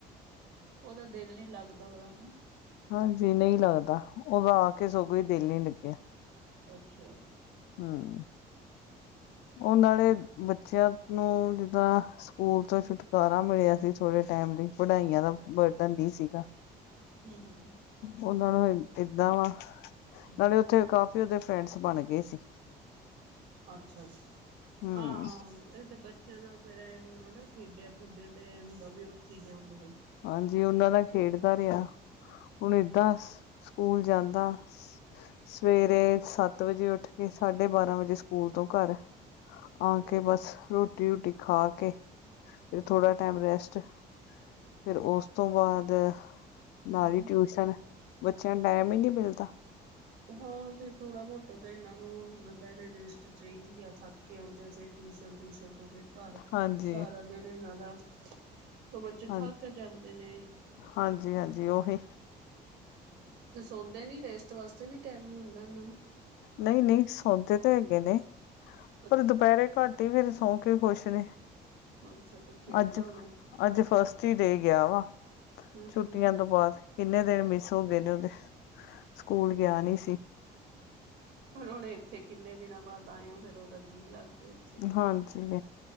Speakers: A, on the right; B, on the left.
A: ਉਹਦਾ ਦਿਲ ਨਹੀਂੀ ਲੱਗਦਾ ਹੋਦਾ ਹਨਾ
B: ਹਾਂਜੀ ਨਹੀਂ ਲੱਗਦਾ ਉਦਾ ਆ ਕੇ ਸਗੋਂ ਹੀ ਦਿਲ ਨੀ ਲੱਗਿਆ
A: ਅੱਛਾ
B: ਹਮ ਉਹ ਨਾਲੇ ਬੱਚਿਆਂ ਨੂੰ ਜਿੱਦਾਂ ਸਕੂਲ ਤੋਂ ਛੁਟਕਾਰਾ ਮਿਲਿਆ ਸੀ ਥੋੜੇ ਟਾਈਮ ਲਈ ਪੜ੍ਹਾਈਆਂ ਦਾ ਬਰਡਨ ਹੀ ਸੀਗਾ
A: ਹਮ ਹਮ ਹਮ
B: ਉਹਨਾਂ ਨੂੰ ਏਦਾਂ ਵਾ
A: ਹੂੰ,
B: ਨਾਲੇ ਉੱਥੇ ਕਾਫੀ ਉਹਦੇ ਫਰੈਂਡਸ ਬਣ ਗਏ ਸੀ
A: ਅੱਛਾ ਜੀ
B: ਹੂੰ
A: ਹਾਂ ਹਾਂ ਇਹ ਤੇ ਬ ਨਾਲ ਫੇਰ ਇਹ ਹੁੰਦਾ ਨਾ ਖੇਡਿਆ ਖੁਡਿਆ ਤੇ ਇਹ ਹੁੰਦਾ ਵੀ ਉੱਥੇ ਹੀ ਜਾਮ ਹੁਣ
B: ਹਾਂਜੀ ਉਹਨਾਂ ਦਾ ਖੇਡਦਾ ਰਿਹਾ ਹੁਣ ਏਦਾਂ ਸਕੂਲ ਜਾਂਦਾ ਸਵੇਰੇ
A: ਹੂੰ
B: ਸੱਤ ਵਜੇ ਉੱਠ ਕੇ ਸਾਢੇ ਬਾਰਾਂ ਵਜੇ ਸਕੂਲ ਤੋਂ ਘਰ ਆ ਕੇ
A: ਅੱਛਾ
B: ਬਸ ਰੋਟੀ ਰੂਟੀ ਖਾ ਕੇ ਫਿਰ ਥੋੜਾ ਟਾਈਮ ਰੈਸਟ ਫਿਰ ਉਸ ਤੋਂ ਬਾਅਦ ਨਾਲ
A: ਹੂੰ
B: ਦੀ ਟਿਊਸ਼ਨ ਬੱਚਿਆਂ ਨੂੰ ਟਾਈਮ ਹੀ ਨਹੀਂ ਮਿਲਦਾ
A: ਹਾਂ ਫਿਰ ਥੋੜਾ ਬਹੁਤਾ ਤਾਂ ਇਹਨਾਂ ਨੂੰ ਦੁਪਹਿਰੇ ਰੇਸਟ ਚਾਹੀਦੀ ਆ ਥ ਕੇ ਆਉਂਦੇ ਫਿਰ ਟਿਊਸ਼ਨ ਟਿਊਸ਼ਨ ਤੋਂ ਫਿਰ ਘਰ
B: ਹਾਂਜੀ
A: ਸਾਰਾ ਦਿਨ ਇਹਨਾਂ ਦਾ ਬੱਚੇ
B: ਹਾਂ
A: ਥੱਕ ਕੇ ਜਾਂਦੇ ਨੇ
B: ਹਾਂਜੀ ਹਾਂਜੀ ਉਹੀ
A: ਤੇ ਸੌਂਦੇ ਨੀ ਰੈਸਟ ਵਾਸਤੇ ਵੀ ਟਾਈਮ ਨੀ ਹੁੰਦਾ ਇਹਨਾਂ ਨੂੰ
B: ਨਹੀਂ ਨਹੀਂ ਸੌਦੇ ਤਾਂ ਹੈਗੇ ਨੇ
A: ਅੱਛਾ
B: ਪਰ ਦੁਪਹਿਰੇ ਘੱਟ ਹੀ ਫੇਰ ਸੌਂ ਕੇ ਖੁਸ਼ ਨੇ
A: ਅੱਛਾ ਫਿਰ ਖੇਡਦਾ
B: ਅੱਜ
A: ਹੋਣਾ
B: ਅੱਜ ਫਸਟ ਹੀ ਡੇ ਗਿਆ ਵਾ
A: ਹੂੰ
B: ਛੁੱਟੀਆਂ
A: ਹੂੰ ਹੂੰ
B: ਤੋਂ ਬਾਅਦ ਕਿੰਨੇ ਦਿਨ ਮਿਸ ਹੋ ਗਏ ਨੇ ਉਹਦੇ ਸਕੂਲ ਗਿਆ ਨੀ ਸੀ
A: ਹੁਣ ਹੁਣ ਇੱਥੇ ਕਿੰਨੇ ਦਿਨਾਂ ਬਾਅਦ ਆਏ ਹੋ ਫੇਰ ਉਹਦਾ ਜੀਅ ਲੱਗ ਗਿਆ ਇੱਥੇ
B: ਹਾਂਜੀ